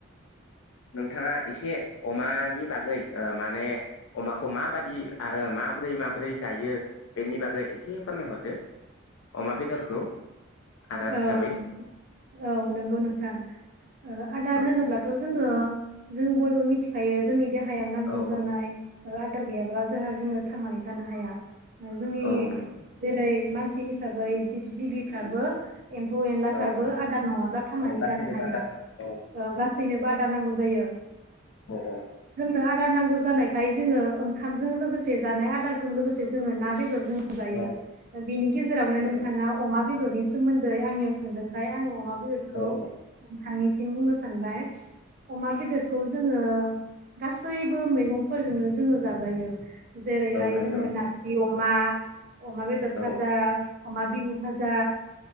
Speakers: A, on the left (about 70°); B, on the right (about 45°).
A: <inaudible> नोंथाङा एसे अमानि बागै माने अमाखौ माबादि आरो माबोरै माब्रै जायो बेनि बागै एसे फोरमायहरदो अमा बेदरखौ आदार
B: औ
A: हिसाबै
B: औ नंगौ नोंथां आदार
A: औ
B: होनोब्लाथ'
A: औ
B: जोङो जोङो बयबो मिथिखायो जोंनि देहायाव नांगौ
A: औ
B: जानाय
A: औ
B: आदार गैयाब्ला जोंहा जोङो थांनानै थानो हाया जोंनि
A: औ नंगौ
B: जेरै मानसि हिसाबै जिब जिबिफ्राबो एम्फौ एनलाफ्राबो
A: औ औ
B: आदार नङाब्ला थांनानै
A: औ गासैनोबो
B: थानो हाया
A: आदार नांगौ
B: औ गासैनोबो आदार नांगौ जायो
A: औ
B: जोंनो आदार नांगौ जानायखाय जोङो ओंखामजों लोगोसे जानाय आदारजों लोगोसे जोङो ना बेदरजों जायो
A: औ
B: बिनि गेजेरावनो
A: नंगौ
B: नोंथाङा अमा बेदरनि सोमोन्दै आंनियाव सोंदोंखाय आङो अमा बेदरखौ
A: औ
B: नोंथांनिसिम बुंनो सानबाय अमा बेदरखौ जोङो गासैबो मैगंफोरजोंनो जोङो जाजायो जेरैहाय
A: औ नंगौ
B: जोङो नारजि अमा अमा बेदर
A: औ
B: भाजा अमा बिहु भाजा